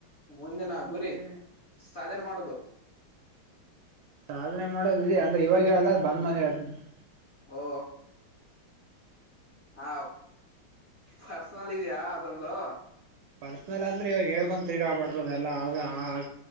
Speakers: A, on the left; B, on the right.
A: ಮುಂದಿನ
B: ನಮ್ಗುರಿ
A: ಗುರಿ ಸಾಧನೆ ಮಾಡೋದು.
B: ಸಾಧನೆ ಮಾಡೋದ ಇದೆ ಅಂದ್ರೆ ಇವಾಗ ಹೇಳಲ್ಲ ಬಂದ್ ಮೇಲೆ ಹೇಳ್ತನಿ. <inaudible>
A: ಓ ಹ ಪರ್ಸನಲ್ ಇದೆಯಾ ಅದೊಂದು.
B: ಪರ್ಸನಲ್ ಅಂದ್ರೆ ಇವಾಗ ಹೇಳ್ಕೊಂತ ತಿರ್ಗಾಬಾರದ ಎಲ್ಲ ಅ ಆ.